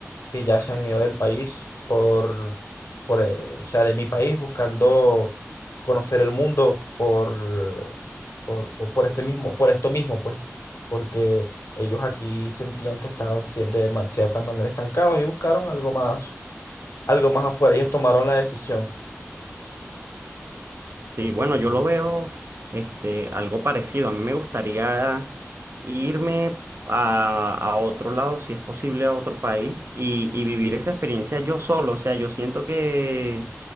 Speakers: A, on the left; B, on the right.
A: que ya se han ido del país por, por, eh, o sea, de mi país buscando conocer el mundo por, por, por por este mismo, por esto mismo, pues, porque ellos aquí sentían que estaban cier- de ma- cierta manera estancados y buscaron algo más, algo más afuera. Ellos tomaron la decisión.
B: Sí, bueno, yo lo veo este, algo parecido. A mí me gustaría irme a, a otro lado, si es posible, a otro país y, y vivir esa experiencia yo solo. O sea, yo siento que,